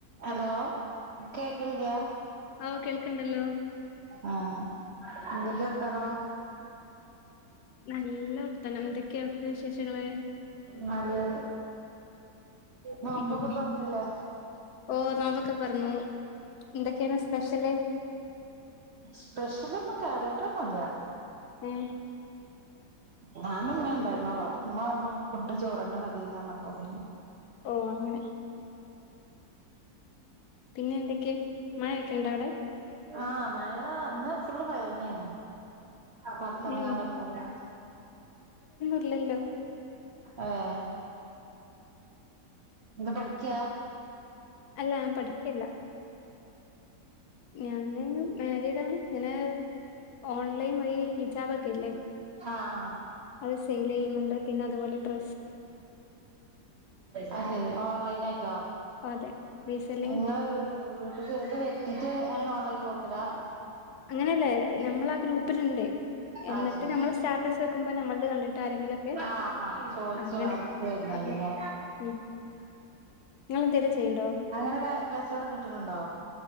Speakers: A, on the right (about 60°); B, on the left (about 75°).
A: Hello കേക്കുന്നില്ല
B: ഓ കേൾക്കണ്ടല്ലോ
A: ആഹ എന്തക്കെ വർത്താനം
B: നല്ല വർത്തനം എന്തൊക്കെയാ അവിടുത്തെ വിശേഷങ്ങള്
A: നല്ലത് നോമ്പൊക്കെ
B: ഉം
A: തുറന്നില്ലേ
B: ഓ നോമ്പൊക്കെ തുറന്നു എന്തൊക്കെയാണ് സ്പെഷ്യല്
A: സ്പെഷ് ലൊന്നും കാര്യാട്ടൊന്നും ഇല്ല
B: ഏ
A: ഞാനും ഉമ്മ ഉണ്ടായിരുന്ന അപ്പ ഉമ്മ പറഞ്ഞു ഫുഡ് ചോറ്ന്നെ മതിന്ന് പറഞ്ഞപ്പ പിന്നെ
B: ഓ അങ്ങനെ പിന്നെ എന്തൊക്കെയ മഴയൊക്കെ ഉണ്ട അവിടെ
A: ആഹ മഴ അന്ന് ഫുള്ള് മഴ തന്നെയാണ് പുറത്തിറങ്ങാൻ
B: ഏ
A: പറ്റാത്തെ
B: ല്ലല്ലോ
A: ആഹ എന്താ പഠിക്ക
B: അല്ല ഞാൻ പഠിക്കല്ല ഞാന് മാരിഡ് ആണ് ഞാന് ഓൺലൈൻ വഴി ഹിജാബ് ഒക്കെല്ലേ
A: ആഹ് ആഹ്
B: അത് സെയില് ചെയ്യുന്നുണ്ട് പിന്നെ അതുപോലെ ഡ്ര
A: ആ ശരി ഓൺലൈൻ ആയിട്ടോ
B: ഓ അതെ റീസെല്ലിങ്
A: നിങ്ങള് വീട്ടത് വെത്തിട്ട് അങ്ങനെ ഓൺലൈനിൽ കൊടുക്കലത
B: അങ്ങനെയല്ലേ നമ്മളാ ഗ്രൂപ്പിലുണ്ട് എന്നിട്ട്
A: ആ ശരി
B: നമ്മൾ സ്റ്റാറ്റസ് വെക്കുമ്പോ നമ്മളത് കണ്ടിട്ട് ആരെങ്കിലുമൊക്കെ
A: ആഹ ആഹ ചോ
B: അങ്ങനെ
A: ശോ അത് തന്നല്ലേ
B: അതെ ഉം നിങ്ങളെന്തേലും ചെയ്യ്ണ്ടോ?
A: അങ്ങനെ കച്ചവടം കിട്ടണുണ്ടോ